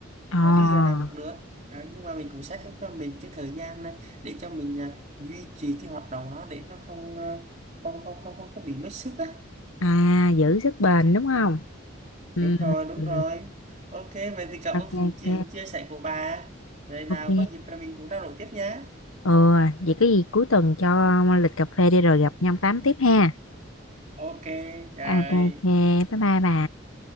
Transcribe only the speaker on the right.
Ờ, đi giờ nào cũng được Ờ, nhưng mà mình cũng set up cho mình cái thời gian à, để cho mình à, duy trì cái hoạt động đó để nó không à, không không không không có bị mất sức á
Ừ
đúng rồi đúng
rồi ok vậy thì cảm
ơn buổi
chuyện chia sẻ của bà rồi nào
có dịp rồi mình cũng trao đổi tiếp nhé
ok rồi